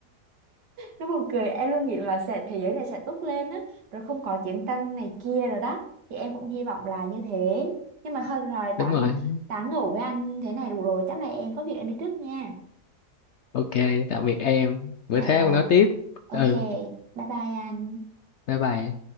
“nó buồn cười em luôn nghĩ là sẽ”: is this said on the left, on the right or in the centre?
Right